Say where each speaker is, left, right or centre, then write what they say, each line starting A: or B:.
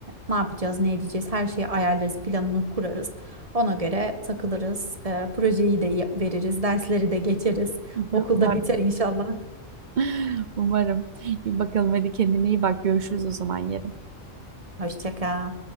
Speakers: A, on the right (about 30°); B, on the right (about 45°).
A: ne yapacağız, ne edeceğiz, her şeyi ayarlarız, planını kurarız. Ona göre takılırız. E, projeyi de ya- veririz, dersleri de geçeriz.
B: <laughs>
A: Okulda
B: Umarım.
A: biter inşallah.
B: <laughs> Umarım. İyi bakalım hadi kendine iyi bak. Görüşürüz o zaman yarın.
A: Hoşça kal.